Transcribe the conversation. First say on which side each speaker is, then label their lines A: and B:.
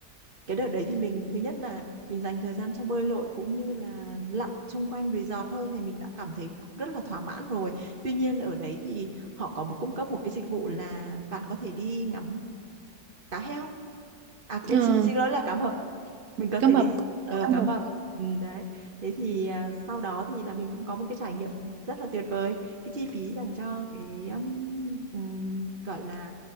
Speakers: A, on the right; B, on the right.
A: cái đợt đấy thì mình thứ nhất là mình dành thời gian cho bơi lội cũng như là lặn xung quanh resort thôi thì mình đã cảm thấy rất là thỏa mãn rồi tuy nhiên ở đấy thì họ có một cung cấp một cái dịch vụ là bạn có thể đi ngắm cá heo à quên
B: Ờ,
A: xin xin lỗi là cá mập mình có
B: cá
A: thể
B: mập.
A: đi ờ
B: Chỗ Cá
A: cá
B: mập.
A: mập ừ, đấy thế thì à, sau đó thì là mình cũng có một cái trải nghiệm rất là tuyệt vời cái chi phí dành cho cái um, ừm, gọi là